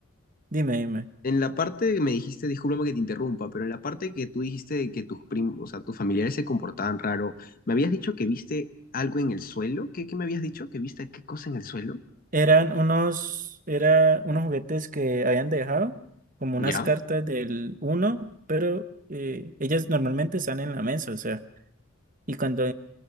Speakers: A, on the right; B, on the left.
A: Dime, dime.
B: En la parte que me dijiste, discúlpame que te interrumpa, pero en la parte que tú dijiste de que tus primos, o sea, tus familiares se comportaban raro, me habías dicho que viste algo en el suelo. ¿Qué, qué me habías dicho? ¿Que viste qué cosa en el suelo?
A: Eran unos, era unos juguetes que habían dejado, como
B: ¿Ya?
A: unas cartas del uno, pero eh, ellas normalmente están en la mesa, o sea, y cuando